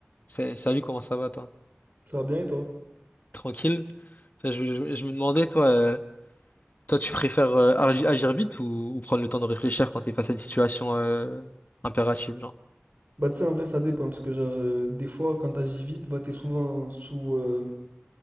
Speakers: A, on the left; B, on the right.
A: C'est- Salut, comment ça va, toi?
B: Ça va bien et toi?
A: Tranquille? Je, je- je me demandais, toi, euh, toi, tu préfères euh, agi- agir vite ou, ou prendre le temps de réfléchir quand t'es face à une situation euh, impérative, genre?
B: Bah tu sais en vrai ça dépend parce que genre euh, des fois quand t'agis vite bah t'es souvent sous, euh,